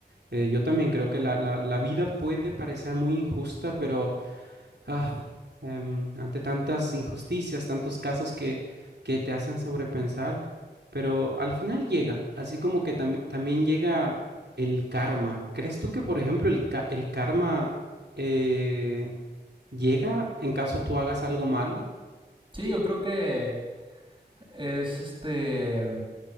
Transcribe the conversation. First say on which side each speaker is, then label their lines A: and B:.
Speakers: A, on the right; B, on the right.
A: Eh, yo también creo que la, la- la vida puede parecer muy injusta, pero Ah, em, ante tantas injusticias, tantos casos que, que te hacen sobrepensar, pero al final llega, así como que
B: Uh-huh.
A: tam- también llega el karma. ¿Crees tú que, por ejemplo, el, ca- el karma eh, llega en caso tú hagas algo malo?
B: Sí, yo creo que es este